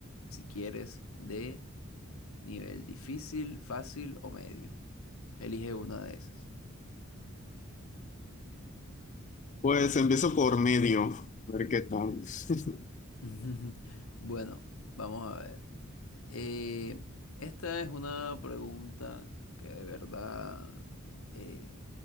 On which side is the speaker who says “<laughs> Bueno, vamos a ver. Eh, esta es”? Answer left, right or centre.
Left